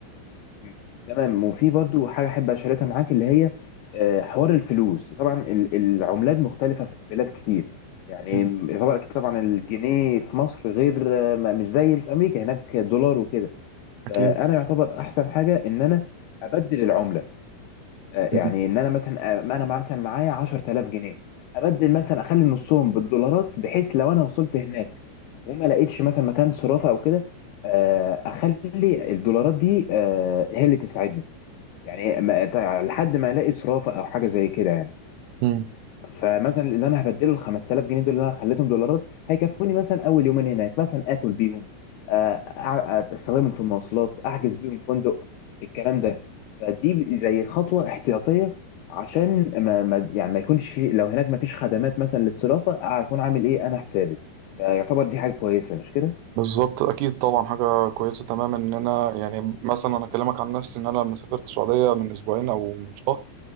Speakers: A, on the left (about 85°); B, on the right (about 85°).
A: مم. تمام وفي برضو حاجة أحب أشاركها معاك اللي هي آه، حوار الفلوس طبعا ال- العملات مختلفة في بلاد كتير يعني
B: مم.
A: يعتبر أكيد طبعا الجنيه في مصر غير آه، ما- مش زي اللي في أمريكا هناك دولار وكده
B: اكيد
A: فأنا يعتبر أحسن حاجة إن أنا أبدل العملة آه،
B: مم.
A: يعني إن أنا مثلا آه، ما أنا مثلا معايا 10000 جنيه أبدل مثلا أخلي نصهم بالدولارات بحيث لو أنا وصلت هناك وما لقيتش مثلا مكان صرافة أو كده آه، أخلي الدولارات دي آه، هي اللي تساعدني يعني ما تع- لحد ما الاقي صرافه او حاجه زي كده يعني
B: مم.
A: فمثلا اللي انا هبدله ال 5000 جنيه دول اللي انا خليتهم دولارات هيكفوني مثلا اول يومين هناك مثلا اكل بيهم آه، أع- استخدمهم في المواصلات احجز بيهم فندق الكلام ده فدي زي خطوه احتياطيه عشان ما ما- يعني ما يكونش لو هناك ما فيش خدمات مثلا للصرافه اكون عامل ايه انا حسابي فيعتبر دي حاجه كويسه مش كده؟
B: بالظبط اكيد طبعا حاجه كويسه تماما ان انا يعني مثلا انا اكلمك عن نفسي ان انا لما سافرت السعوديه من اسبوعين او من شهر